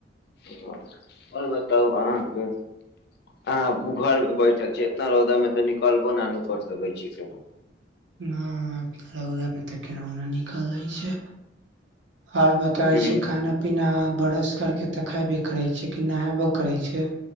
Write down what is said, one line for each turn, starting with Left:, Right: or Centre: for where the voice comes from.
Left: हँ आओर बताउ अहाँके आब घरमे बैठल छी इतना रौदामे तऽ निकलबो न नु कर सकै छी केनो
Right: हँ रौदामे तऽ केयो न निकलै छै आओर बताबै
Left: ह
Right: छियै खाना पीना ब्रश करके तऽ खैबे करै छीयै कि नहेबो करै छियै